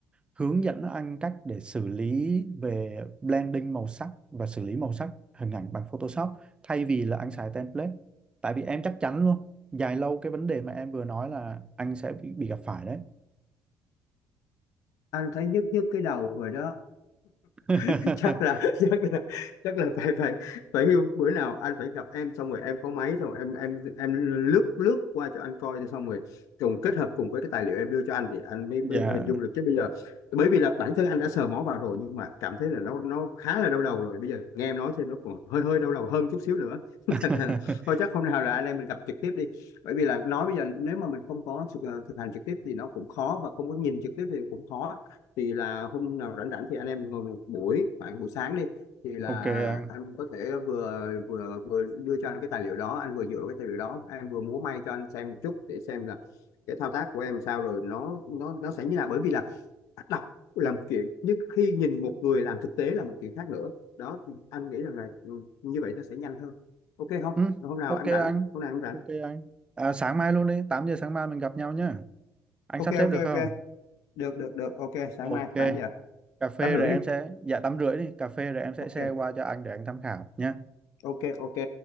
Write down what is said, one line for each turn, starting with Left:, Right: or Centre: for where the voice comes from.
Right: hướng dẫn anh cách để xử lý về blending màu sắc và xử lý màu sắc hình ảnh bằng Photoshop thay vì là anh xài template tại vì em chắc chắn luôn dài lâu cái vấn đề mà em vừa nói là anh sẽ bị, bị gặp phải đấy
Left: anh thấy nhức nhức cái đầu rồi đó
Right: <laughs>
Left: <laughs> chắc là chắc là chắc là phải phải phải bữa nào anh phải gặp em xong rồi em có máy xong rồi em em em lướt lướt qua cho anh coi thì xong rồi cùng kết hợp cùng với cái tài liệu em đưa cho anh thì anh mới
Right: dạ
Left: mới hình dung được chứ bây giờ bởi vì là bản thân anh đã sờ mó vào rồi nhưng mà cảm thấy là nó nó khá là đau đầu rồi bây giờ nghe em nói thêm nó còn hơi hơi đau đầu hơn chút xíu nữa <laughs>
Right: <laughs>
Left: Thành ra là, thôi chắc hôm nào là anh em mình gặp trực tiếp đi bởi vì là nói bây giờ nếu mà mình không có thực, ờ, thực hành trực tiếp thì nó cũng khó và không có nhìn trực tiếp thì cũng khó thì là hôm nào rảnh rảnh thì anh em ngồi một buổi khoảng buổi sáng đi thì là
Right: ok anh
Left: anh có thể vừa vừa vừa đưa cho anh cái tài liệu đó anh vừa dựa cái tài liệu đó em vừa múa may cho anh xem một chút để xem là cái thao tác của em sao rồi nó nó nó sẽ như nào bởi vì là đọc là một chuyện nhưng khi nhìn một người làm thực tế là một chuyện khác nữa đó thì anh nghĩ rằng là ừ, như vậy nó sẽ nhanh hơn ok không
Right: ừ,
Left: Rồi hôm nào
Right: ok
Left: anh rảnh
Right: anh
Left: hôm nào em rảnh
Right: ok anh à, sáng mai luôn đi 8 giờ sáng mai mình gặp nhau nhá anh
Left: ok
Right: sắp xếp
Left: ok
Right: được không
Left: ok được được được ok sáng
Right: ok
Left: mai tám giờ
Right: cà phê
Left: tám rưỡi
Right: rồi em
Left: đi
Right: sẽ dạ tám rưỡi đi cà phê rồi em sẽ
Left: ok
Right: share qua cho anh để anh tham khảo nhá
Left: ok ok